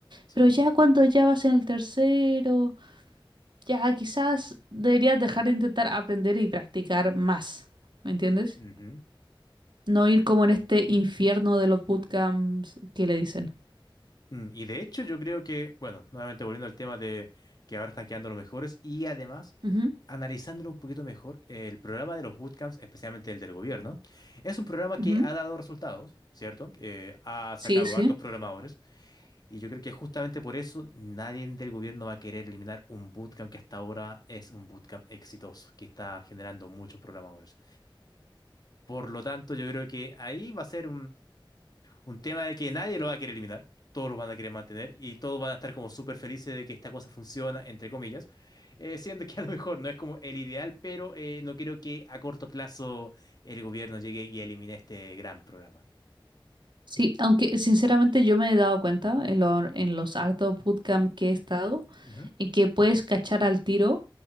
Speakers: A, on the left (about 50°); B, on the right (about 60°).
A: Sí.
B: pero ya cuando ya vas en el tercero, ya quizás deberías dejar de intentar aprender y practicar más, ¿me entiendes?
A: ujú.
B: No ir como en este infierno de los bootcamps que le dicen.
A: Mm, Y de hecho yo creo que, bueno, nuevamente volviendo al tema de que ahora están quedando los mejores y además
B: Ujú,
A: analizándolo un poquito mejor, el programa de los bootcamps, especialmente el del gobierno, es un programa
B: ujú,
A: que ha dado resultados, ¿cierto? Eh, ha
B: Sí,
A: sacado
B: sí.
A: hartos programadores y yo creo que justamente por eso nadie del gobierno va a querer eliminar un bootcamp que hasta ahora es un bootcamp exitoso, que está generando muchos programadores. Por lo tanto, yo creo que ahí va a ser un tema de que nadie lo va a querer eliminar, todos lo van a querer mantener y todos van a estar como súper felices de que esta cosa funciona, entre comillas, eh, siendo que a lo mejor no es como el ideal, pero eh, no creo que a corto plazo el gobierno llegue y elimine este gran programa.
B: Sí, aunque sinceramente yo me he dado cuenta en, lo- en los hartos bootcamp que he estado,
A: Ujú,
B: en que puedes cachar al tiro